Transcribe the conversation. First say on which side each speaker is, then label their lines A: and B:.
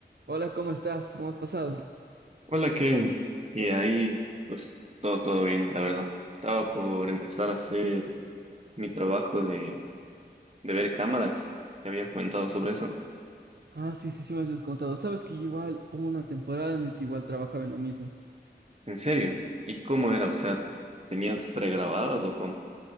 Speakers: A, on the right; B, on the right.
A: Hola, ¿cómo estás? ¿Cómo has pasado?
B: Hola Kevin, y ahí pues todo, todo bien, la verdad. Estaba por empezar a hacer mi trabajo de, de ver cámaras, te había comentado sobre eso.
A: Ah, sí, sí, sí me habías contado. Sabes que igual hubo una temporada en la que igual trabajaba en lo mismo.
B: ¿En serio? ¿Y cómo era? O sea, ¿tenías pregrabadas o cómo?